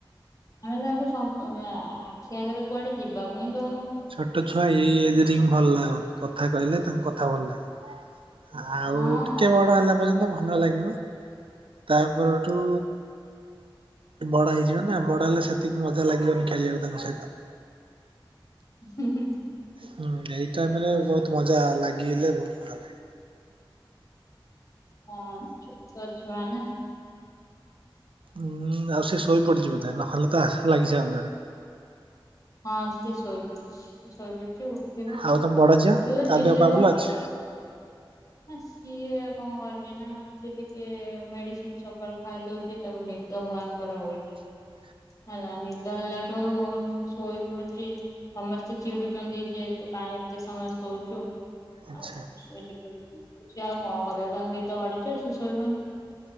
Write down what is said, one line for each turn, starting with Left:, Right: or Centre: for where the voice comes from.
Left: ଆମେ ତାକୁ ସ ଆଁ ଆଖି ଆଗରେ କୁଆଡ଼େ ଯିବାକୁହିଁ ଦଉନୁ।
Right: ଛୋଟ ଛୁଆ ଏଇ ଏଜ୍ରେହିଁ ଭଲ ଲାଗ କଥା କହିଲେ ତାଙ୍କ କଥା ଭଲ ଲାଗେ। ଆଉ
Left: ହଁ
Right: ଟିକେ ବଡ଼ ହେଲା ପର୍ଯ୍ୟନ୍ତ ଭଲ ଲାଗିବ ତା ପରଠୁ ବଡ଼ ହେଇଯିବନା ବଡ଼ ହେଲେ ସେତିକି ମଜା ଲାଗିବନି ଖେଳିବାକୁ ତାଙ୍କ ସହିତ।
Left: ହୁଁ ହୁଁ।
Right: ହୁଁ ଏଇ ଟାଇମରେ ବହୁତ୍ ମଜା ଲାଗଲେ ବହୁତ୍ ମଜା ଲାଗେ।
Left: ହଁ ଛୋଟ ଛୁଆନା।
Right: ଉୁଁ ଆଉ ସେଶୋଇ ପଡ଼ିଚି ବୋଧେ ନହେଲେତ ଲାଗିସାରିତାନି।
Left: ହଁ ସିଏ ଶୋଇପଡଛି ଶୋଇ ପଡ଼ିଚି ଉଠିବ ଉଠିବ
Right: ଆଉ ତମ ବଡ ଝିଅ ତା
Left: ଚିଲେଇବ
Right: ଦେହ ପା ଭଲ ଅଛି?
Left: ନା ସିଏ କଣ କରୁଚି ନା ସିଏ ଟିକେ ମେଡିସିନ୍ ସକାଳୁ ଖାଇଦଉଚି। ତାକୁ ନିଦ ଭୟଙ୍କର ହଉ
Right: ଛି।
Left: ହେଲା ନିଦ ହେଲା ଠୁ ସେ ଶୋଇ ପଡୁଛି ସମସ୍ତେ ଚିଡୁଚନ୍ତି ଯେ ତୁ କାହିଁ ଏତେ ସମୟ ଶୋଉଛୁ।
Right: ଆଚ୍ଛା
Left: ଆଉ ସେ ସେଠୁ ସିଏ ଆଉ କଣ କରିବ ତାଙ୍କୁ ନିଦ ମାଡୁଚି ସେ ଶୋଇବନି